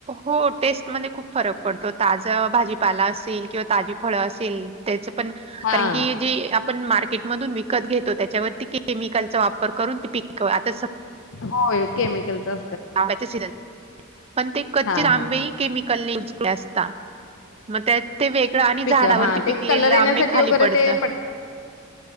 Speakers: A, on the right; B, on the left.
A: हो टेस्ट मध्ये खूप फरक पडतो ताज भाजी ला असेल किंवा ताजी फळ असेल त्याचं ण
B: हां
A: कारण की जी आपण मार्केट मधून विकत घेतो त्याच्यावरती केमिकलचा वापर करून ते पिक आता
B: होय केमिकलचा
A: आंब्याचे सीजन पण ते कच्चे
B: हां
A: आंबे
B: हां हां
A: केमिकल नज ता मग ते वेगळं आणि
B: पिक
A: झाडावरती
B: हा
A: पिकलेले
B: ते कलर येण्यासाठी
A: आंबे खाली
B: वगैरे
A: पडत.
B: ते पट,